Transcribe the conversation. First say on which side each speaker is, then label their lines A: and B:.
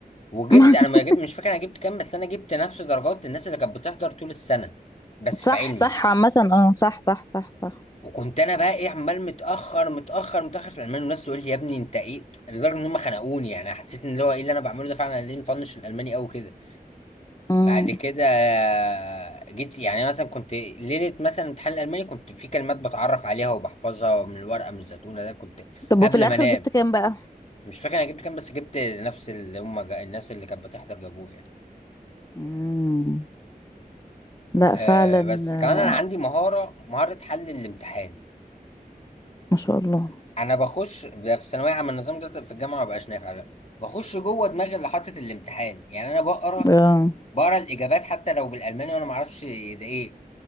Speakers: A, on the left; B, on the left.
A: وجبت
B: <laughs>
A: انا ما جبت مش فاكر انا جبت كام بس انا جبت نفس درجات الناس اللي كانت بتحضر طول السنه بس
B: صح
A: في علمي
B: صح عامه اه صح صح صح صح
A: وكنت انا بقى ايه عمال متاخر متاخر متاخر في الالماني والناس تقول لي يا ابني انت ايه لدرجه ان هم خنقوني يعني حسيت ان اللي هو ايه اللي انا بعمله ده فعلا أنا ليه مطنش الالماني قوي كده
B: امم
A: بعد كده آه، جيت يعني مثلا كنت ليله مثلا امتحان الالماني كنت في كلمات بتعرف عليها وبحفظها من الورقه من الزتونه ده كنت
B: طب
A: قبل
B: وفي الاخر
A: ما انام
B: جبت كام بقى
A: مش فاكر انا جبت كام بس جبت نفس اللي هم جا... الناس اللي كانت بتحضر جابوه يعني
B: امم لا
A: أه
B: فعلا
A: بس
B: آه،
A: كمان انا عندي مهاره مهاره حل الامتحان
B: ما شاء الله <laughs>
A: انا بخش ده في ثانويه عامه النظام ده في الجامعه ما بقاش نافع دلوقتي بخش جوه دماغي اللي حاطط الامتحان يعني انا بقرا
B: اه
A: بقرا الاجابات حتى لو بالالماني وانا ما اعرفش ده ايه